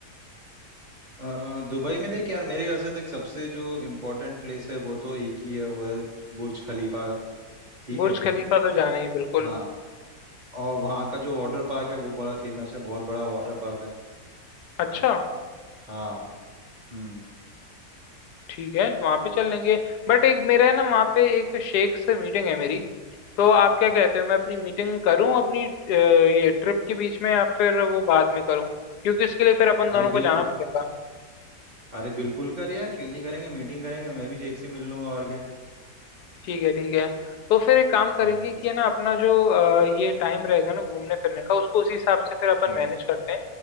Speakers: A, on the right (about 35°); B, on the left (about 80°).
A: अ, दुबई में देख यार मेरे ख्याल से देख सबसे जो इम्पोर्टेंट प्लेस है वो तो एक ही है वो है बुर्ज खलीफा ठीक
B: बुर्ज
A: है
B: खलीफा तो जाना ही है बिल्कुल
A: हाँ और वहाँ का जो वाटर पार्क है वो बड़ा फेमस है बहुत बड़ा वाटर पार्क है
B: अच्छा
A: हाँ हम्म
B: ठीक है तो वहाँ पे चल लेंगे बट एक मेरा है ना वहाँ पे एक शेख से मीटिंग है मेरी तो आप क्या कहते हो मैं अपनी मीटिंग करूँ अपनी अ, ये ट्रिप के बीच में या फिर वो बाद में करूँ क्योंकि इसके लिए फिर अपन दोनों
A: अरे
B: को
A: बिल
B: जाना पड़ेगा
A: अरे बिल्कुल कर यार क्यों नहीं करेंगे मीटिंग करेंगे मैं भी शेख से मिल लूंगा और क्या
B: ठीक है ठीक है तो फिर एक काम करेंगे
A: हम्म
B: कि है ना अपना जो अ, ये टाइम रहेगा ना घूमने फिरने का उसको उसी हिसाब से फिर अपन
A: हम्म
B: मैनेज करते हैं